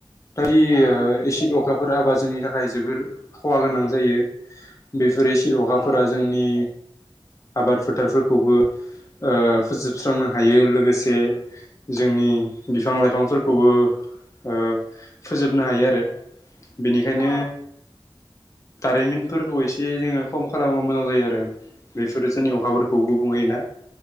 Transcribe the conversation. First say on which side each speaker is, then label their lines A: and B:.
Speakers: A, on the left; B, on the left.
A: दा बि
B: औ
A: ओ एसिड अखाफोर हाबा जोंनि थाखाय जोबोर खहा गोनां जायो। बेफोर एसिड अखाफोरा
B: औ
A: जोंनि आबाद फोथारफोरखौबो ओ फोजोबस्रांनो हायो लोगोसे जोंनि बिफां लाइफांफोरखौबो ओ फोजोबनो हायो आरो। बेनिखायनो
B: अ
A: दारिमिनफोरखौ एसे जोङो खम खालामोबा मोजां जायो आरो बेफोरो जोंनि अखाफोरखौ गुबुं होयोना